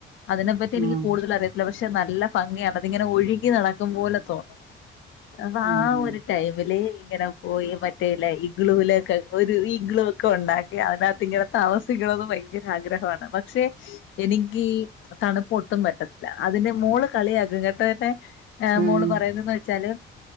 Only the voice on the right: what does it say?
ഉം
ഉം
ഉം